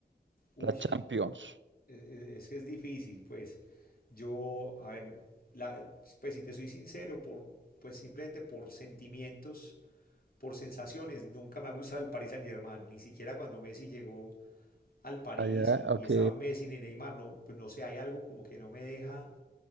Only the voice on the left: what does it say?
Uy,
e- e, Es que es difícil, pues yo, a ver, la- pues si te soy sincero, por, pues simplemente por sentimientos, por sensaciones, nunca me ha gustado el Paris Saint-Germain, ni siquiera cuando Messi llegó al París
y, y
estaba Messi ni Neymar, no, pues no sé, hay algo como que no me deja,